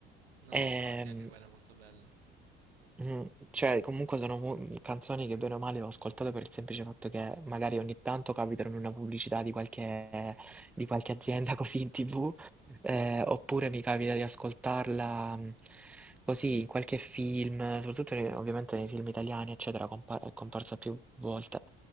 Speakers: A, on the right; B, in the centre.
A: No,
B: Ehm,
A: però sì, anche quella è molto bella.
B: Mm, Cioè, comunque sono mu- canzoni che bene o male ho ascoltato per il semplice fatto che magari ogni tanto capitano in una pubblicità di qualche, di qualche azienda <laughs> così in TV, eh, oppure mi capita di ascoltarla mm, così in qualche film, soprattutto nei- ovviamente nei film italiani, eccetera, compa- è comparsa più volte.